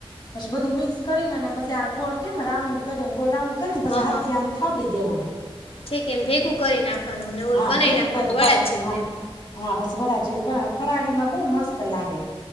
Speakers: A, on the left; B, on the left.
A: પછી બધું મિક્સ કરીને અને પછ આગોળ કેમ રાઉન્ડ કરીમ ગોળ ભેગું કરીને પછ
B: હા
A: હાથી
B: હા
A: એમ થાડી દેવાનું
B: ઠીક એમ ભેગું કરી નાખવાનું ને ઓલું
A: હા
B: બનાવી
A: ભેગું
B: નાખવાનું
A: કરીન
B: વડા જેવું
A: હા
B: એમ
A: હા. <unintelligible> વડા જેવ ફરાડી માં બહુ મસ્ સ લાગે